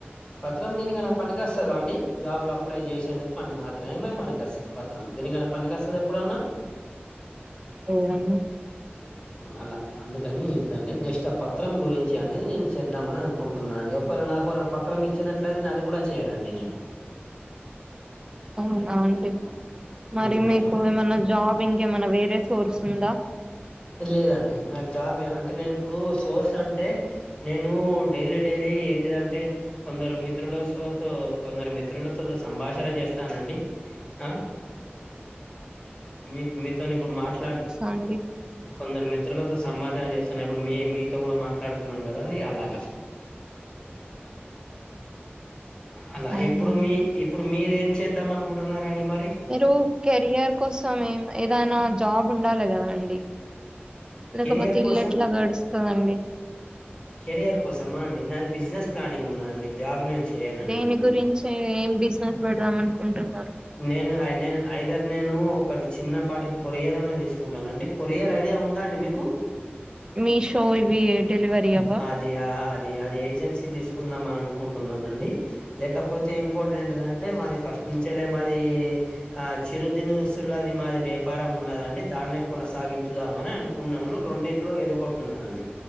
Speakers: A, on the left; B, on the right.
A: పత్రం దీనికైనా పనికివస్తదా అండి, జాబ్లు అప్లై చేసేందుకు పని మాత్రమే ప పనికివస్తది. పత్రం దేనికన్నా పనికొస్తదా ఎప్పుడన్నా?
B: ఉమ్మ్
A: అలా అందుకని ఏంటిదంటే జస్ట్ ఆ పత్రం గురించి అనేది నేను చేద్దామని అను కుంటున్నానండి ఒకవేళ నాకు వాళ్ళా పత్రం ఇచ్చినట్లైతే అది కూడా చేయనండి నేను.
B: అవునాండి, మరి
A: మ్
B: మీకు
A: అట్లా
B: ఏమన్నా జాబ్ ఇంక ఏమన్నా వేరే సోర్స్ ఉందా
A: లేదండి, నాకు జాబే, అంటే నేను ఇప్పుడు సోర్స్ అంటే నేను డైలీ డైలీ ఏంటిదంటే కొందరు మిత్రులసోతో కొందరు మిత్రులతో సంభాషణ చేస్తానండి. ఆ మీ మీతోని ఇప్పుడు మాట్లాడు
B: ఆండి
A: కొందరు మిత్రులతో సంభాషణ చేస్తున్నా, ఇప్పుడు మీ మీతో కూడా మాట్లాడుతున్నాను కదాండి, అలాగ అలా,
B: అవునా
A: ఇప్పుడు
B: అండి.
A: మీ ఇప్పుడు మీరేం చేద్దాం అనుకుంటున్నారాండి మరి.
B: మీరు కెరియర్ కోసం ఏం ఏదైనా జాబ్ ఉండాలి కదాండి. లేకపోతే
A: కెరియర్
B: ఇల్లు
A: కోసం
B: ఎట్లా గడుస్తదండి.
A: కెరియర్ కోసమా అండి, నాది బిజినెస్ ప్లానింగ్ ఉన్నాదండి, జాబ్ నేను చేయనండి
B: దేని
A: నేను
B: గురించి, ఏం బిజినెస్ పెడదాం అనుకుంటున్నారు.
A: నేను నే ఐదర్ నేను ఒకటి చిన్నపాటి కొరియర్ అన్నా తీసుకుంటానండి. కొరియర్ ఐడియా ఉందా అండి మీకు.
B: మీషో ఇవి డెలివరీ అవ్వా?
A: ఆ అది అది ఏజెన్సీ తీసుకుందాం అని అనుకుంటున్నానండి. లేకపోతే ఇంకోటి ఏంటిదంటే మాది ఫస్ట్ నుంచళ్ళే మాది ఆ చిరుదినుసులది మాది వ్యాపారం ఉన్నదండి దాన్నే కొనసాగించుదామని అనుకున్నాను రెండింటిలో ఏదో ఒకటి ఉన్నాండి